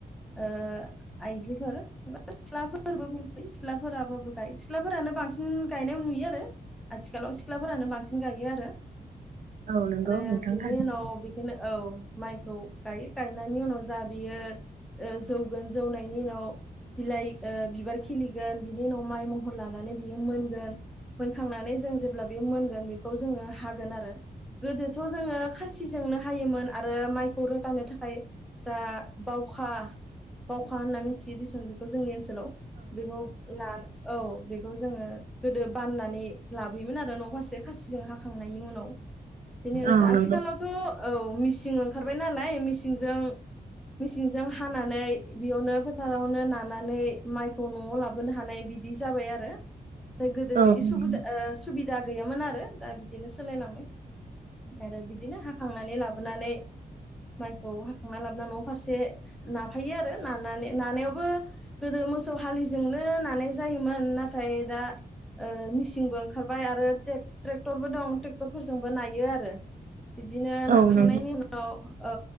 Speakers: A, in the centre; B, on the right.
A: ओ आइजोफोर बा सिख्लाफोरबो बुंजायो सिख्लाफोराबो गायो सिख्लाफोरानो बांसिन बांसिन गायनाय नुयो आरो आथिखालाव सिख्लाफोरानो बांसिन गायो आरो
B: औ नंगौ
A: आरो
B: नोंथां
A: बिनि
B: थारैनो
A: उनाव बेखायनो औ माइखौ गायो गायनायनि उनाव जा बियो जौगोन जौनायनि उनाव बिलाइ बिबार खिलिगोन बिनि उन' माइ महर लानानै बियो मोनगोन मोनखांनानै जों जेब्ला बेयो मोनगोन बेखौ जोङो हागोन आरो गोदोथ' जोङो खासिजोंनो हायोमोन आरो माइखौ रोगानो थाखाय जा बाव खा होनना मिथियो देसन बेखौ जोंनि ओन सोलाव औ बेखौ ला <unintelligible> औ तंजो गोदो बाननानै लाबोयोमोन आरो न' फारसे खासिजों हाखांनायनि उनाव बेनि
B: औ
A: आथिखालावथ'
B: नंगौ
A: औ मिसिं ओंखारबाय नालाय मिसिंजों मेसिनजों हानानै बेयावनो फोथारावनो नानानै माइखौ न'आव लाबोनो हानाय बिदि जाबाय आरो दा गोदो
B: औ
A: बिदि
B: नंगौ
A: सुबदा सुबिदा गैयामोन आरो दा बिदिनो सोलायलांबाय आरो बिदिनो हाखांनानै लाबोनानै माइखौ हाखांना लाबोना न' फारसे नाफायो आरो नानानै नानायावबो गोदो मोसौ हालिजोंनो नानाय जायोमोन नाथाय दा ओ मिसिंनबो ओंखारबाय आरो ट्रेक्टरबो दं ट्रेक्टरफोरजोंबो नायो आरो बिदिनो
B: औ
A: नाखांनायनि
B: नंगौ
A: उनाव औ